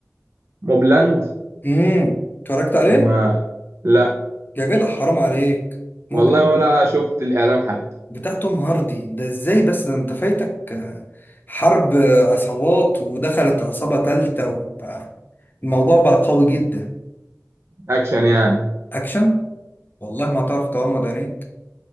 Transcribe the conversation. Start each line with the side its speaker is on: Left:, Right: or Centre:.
Right: موبلاند
Left: امم اتفرجت عليه
Right: ما لا
Left: يا جدع حرام عليك موبلاند
Right: والله ولا شفت الإعلان حتى
Left: بتاع توم هاردي ده ازاي بس ده انت فايتك آه، حرب عصابات ودخلت عصابة تالتة وبقى الموضوع بقى قوي جدا
Right: أكشن يعني
Left: اكشن والله ما هتعرف تغمض عينيك